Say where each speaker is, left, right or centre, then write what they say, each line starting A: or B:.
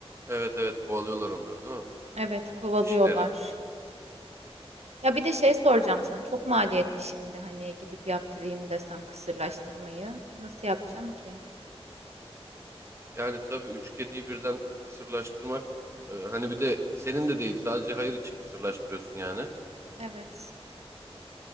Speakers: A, on the right; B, on the right.
A: Evet evet kovalıyorlar onları değil mi?
B: Evet, kovalıyorlar.
A: Dişileri.
B: Ya bir de şey soracağım sana. Çok maliyetli şimdi hani gidip yaptırayım desem kısırlaştırmayı. Nasıl yapacağım ki?
A: Yani tabii üç kediyi birden kısırlaştırmak e, hani bir de senin de değil sadece hayır için kısırlaştırıyorsun yani.
B: Evet.